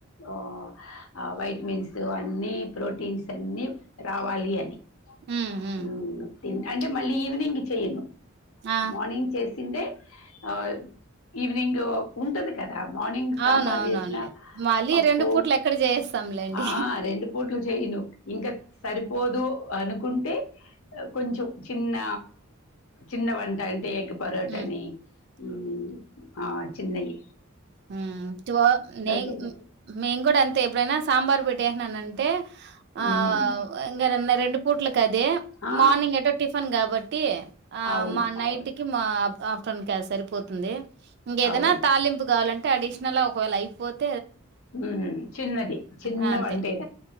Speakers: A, on the left; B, on the right.
A: ఒ ఆ వైట్మిన్స్ ఊ అన్ని ప్రోటీన్స్ అన్ని రావాలి అని జాగర్తా
B: మ్మ్ మ్మ్
A: ఊ అ అంటే మళ్ళీ ఈవినింగ్ కి చెయ్యను
B: ఆ
A: మార్నింగ్ చేస్ తింటే ఆ ఈవెనింగ్. ఓ ఉంటది కద్. ఆ మార్నింగ్
B: అవునవునవునులే.
A: సాంబార్ చేసిన
B: మళ్ళీ
A: పప్పు
B: పూట్లెక్కడ జేయిస్తాంలేండి.
A: ఆ రెండు పట్లు చేయునువ్ ఇంకా సరిపోదు అను. కుంటే ఆ కొంచెం చిన్న చిన్న వంట అంటే ఎగ్. పరోటానీ
B: హ్మ్.
A: ఉమ్. ఆ చిన్నయ్.
B: ఉమ్ తోవ నేన్
A: తినేయడం
B: మేం కూడా అంతే ఎప్పుడైనా సాంబార్ పెట్. దేహనన అంటే ఆ
A: ఉమ్
B: ఇంగానాన్న రెండు పూట్లకు అదే
A: ఆ
B: మార్నింగ్ ఏటో టిఫిన్ కాబట్టి. టీ. ఆ
A: అవును
B: మా నైట్కిికి
A: అవును
B: మా ఆమ్. తునకై సరిపోతుంది. ఇంకేదన్న
A: అవును
B: తాలింపు. కావాలంటే అడిషనల్ ఒకవేళ అయిపోద్.
A: ఉమ్ చిన్నది చిన్నవంటే
B: ఆ! అంతే.